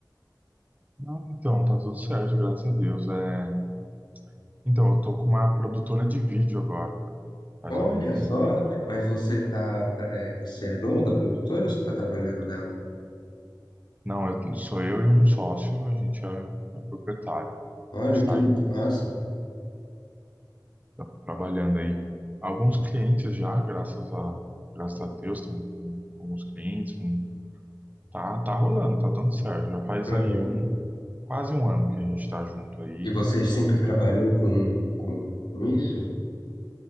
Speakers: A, on the right; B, on the left.
A: Não, então, tá tudo certo, graças a Deus. É... Então, eu tô com uma produtora de vídeo agora, cara. Faz
B: Olha
A: algum tempo
B: só,
A: aí que eu.
B: mas você tá, tá- é, você é dono da produtora ou você tá trabalhando nela?
A: Não, eu- sou eu e um sócio, a gente é, é proprietário. A
B: Olha,
A: gente
B: que,
A: tá aí
B: que massa.
A: tá trabalhando aí. Alguns clientes já, graças a, graças a Deus, estamos com alguns clientes. um- Tá, tá rolando, tá dando certo. Já faz
B: Aham.
A: aí um quase um ano que a gente tá junto aí.
B: E você sempre trabalhou com, com, com isso?